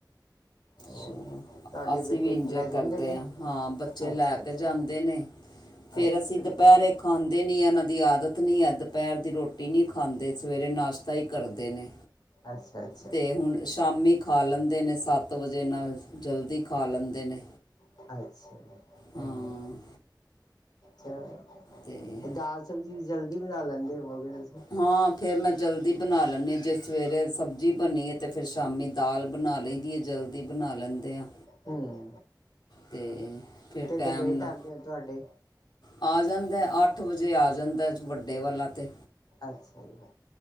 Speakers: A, on the left (about 65°); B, on the left (about 80°).
A: ਹੋਰ
B: ਚਲੋ,
A: ਤੁਹਾਡੇ
B: ਅਸੀਂ
A: ਬੇਟੇ
B: ਵੀ ਇੰਜਏ
A: ਲੈ ਜਾਂਦੇ
B: ਕਰਦੇ
A: ਨੇ
B: ਆ, ਬੱਚੇ
A: ਅੱਛਾ
B: ਲੈ
A: ਅੱਛਾ
B: ਕੇ ਜਾਂਦੇ ਨੇ। ਫੇਰ,
A: ਅੱਛਾ
B: ਅਸੀਂ
A: ਜੀ
B: ਦੁਪਹਿਰੇ ਖਾਂਦੇ ਨੀ, ਇਹਨਾਂ ਦੀ ਆਦਤ ਨੀ ਐ ਦੁਪਹਿਰ ਦੀ ਰੋਟੀ ਰੋਟੀ ਨਹੀਂ ਖਾਂਦੇ, ਸਵੇਰੇ ਨਾਸ਼ਤਾ ਹੀ ਕਰਦੇ ਨੇ।
A: ਅੱਛਾ-ਅੱਛਾ।
B: ਤੇ, ਹੁਣ ਸ਼ਾਮੀ ਖਾ ਲੈਂਦੇ ਨੇ, ਸੱਤ ਵਜੇ ਨਾਲ ਜਲਦੀ ਖਾ ਲੈਂਦੇ ਨੇ।
A: ਅੱਛਾ ਜ
B: ਹਾਂ
A: ਚਲੋ
B: ਤੇ
A: ਦਾਲ ਸਬਜ਼ੀ ਜਲਦੀ ਬਣਾ ਲੈਂਦੇ ਹੋਵੋਗੇ ਤੁਸੀਂ।
B: ਹਾਂ, ਫਿਰ ਮੈਂ ਜਲਦੀ ਬਣਾ ਲੈਂਦੀ ਆ, ਜੇ ਸਵੇਰੇ ਸਬਜ਼ੀ ਬਣੀਏ ਤਾਂ ਫਿਰ ਸ਼ਾਮੀ ਦਾਲ ਬਣਾ ਲਈ ਦੀ ਏ, ਜਲਦੀ ਬਣਾ ਲੈਂਦੇ ਆ।
A: ਹੂੰ।
B: ਤੇ ਫਿਰ ਟੈਮ
A: ਤੇ ਲੇਟ
B: ਨਾ
A: ਆਉਂਦੇ ਹੋ ਤੁਹਾਡੇ
B: ਆ ਜਾਂਦਾ ਅੱਠ ਵਜੇ, ਆ ਜਾਂਦਾ ਵੱਡੇ ਵਾਲਾ 'ਤੇ।
A: ਅੱਛਾ ਜੀ।